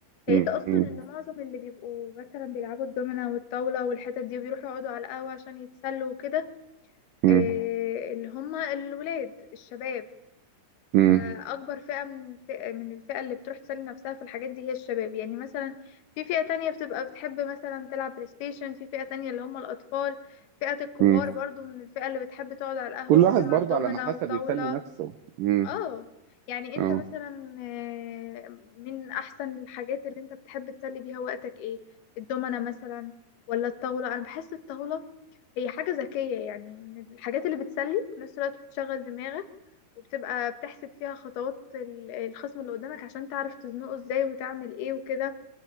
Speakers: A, on the left; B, on the right.
A: لقيت
B: م-
A: أصلا
B: م-
A: إن معظم اللي بيبقوا مثلا بيلعبوا الدومينة والطاولة والحتت دي وبيروحوا يقعدوا على القهوة عشان يتسلوا وكده
B: م-
A: إيه اللي هما الولاد الشباب
B: م-
A: فأكبر فئة من الفئة من الفئة اللي بتروح تسلي نفسها في الحاجات دي هي الشباب يعني مثلا في فئة تانية بتبقى بتحب مثلا تلعب بلاي ستيشن في فئة تانية اللي هم الأطفال فئة الكبار
B: م.
A: برضو من الفئة اللي بتحب تقعد على القهوة
B: كل واحد
A: وتلعب
B: برضه
A: دومنا
B: على ما حسب
A: وطاولة
B: يسلي نفسه م-
A: اه يعني انت
B: اه
A: مثلا آه، من احسن الحاجات اللي انت بتحب تسلي بيها وقتك ايه الدومنة مثلا ولا الطاولة انا بحس الطاولة هي حاجة ذكية يعني من الحاجات اللي بتسلي في نفس الوقت بتشغل دماغك وبتبقى بتحسب فيها خطوات ال- الخصم اللي قدامك عشان تعرف تزنقه ازاي وتعمل ايه وكده